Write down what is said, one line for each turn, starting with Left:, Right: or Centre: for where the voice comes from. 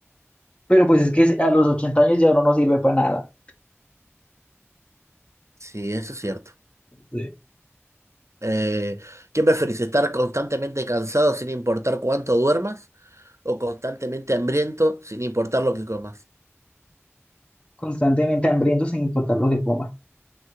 Left: Pero pues es que a los 80 años ya uno no sirve para nada.
Right: Sí, eso es cierto.
Left: Sí.
Right: Eh, ¿qué preferís? ¿Estar constantemente cansado sin importar cuánto duermas? ¿O constantemente hambriento sin importar lo que comas?
Left: Constantemente hambriento sin importar lo que coma.